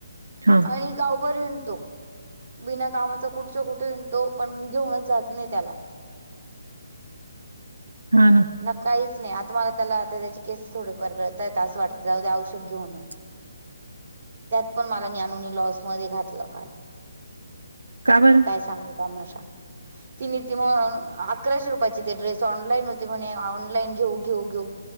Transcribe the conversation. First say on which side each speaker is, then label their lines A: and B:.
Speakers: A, on the right; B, on the right.
A: हा,
B: आणि गावभर हिंडतो. बिना कामाचा कुठच्या कुठे तो पण घेऊनच जात नाही त्याला
A: हा
B: न काहीच नाही आता मला त्याला त्याचे केस थोडे फार गळतात आहेत असं वाटतं जाऊद्या औषध घेऊन येऊ.
A: <inaudible>
B: त्यात पण मला नननी लॉस मध्ये घातलं का
A: का बरं?
B: काय सांगू तमाशा तिनी ती अकराशे रुपयाची ते ड्रेस ऑनलाईन होते म्हणे ऑनलाईन घेऊ घेऊ घेऊ